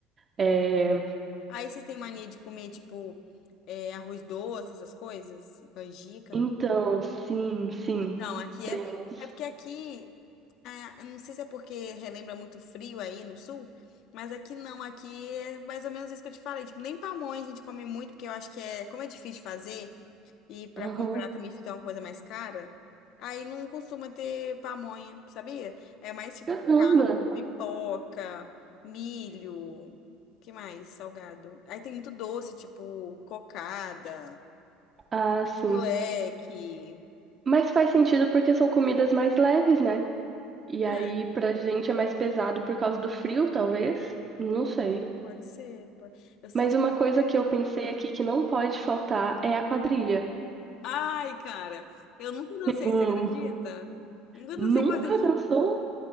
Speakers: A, on the right (about 25°); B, on the left (about 55°).
A: É,
B: Aí vocês têm mania de comer, tipo, é, arroz doce, essas coisas? Canjica, arroz...
A: Então, sim, sim,
B: Então, aqui
A: temos.
B: é... É porque aqui ah, eu não sei se é porque relembra muito frio aí no sul, mas aqui não, aqui é mais ou menos isso que eu te falei. Tipo, nem pamonha a gente come muito, porque eu acho que é, como é difícil de fazer e para
A: Aham.
B: comprar também fica uma coisa mais cara, aí não costuma ter pamonha, sabia? É mais tipo
A: Caramba!
B: caldo, pipoca, milho, que mais? Salgado. Aí tem muito doce, tipo cocada,
A: Ah, sim.
B: moleque.
A: Mas faz sentido porque são comidas mais leves, né? E
B: Ah,
A: aí, pra gente é mais pesado por causa do frio, talvez? Não sei.
B: pode ser. pode- Eu sei.
A: Mas
B: eu
A: uma coisa que eu pensei
B: sei.
A: aqui que não pode faltar é a quadrilha.
B: Ai, cara, eu nunca dancei,
A: Hum,
B: você acredita? Nunca
A: nunca
B: dancei quadrilha.
A: dançou?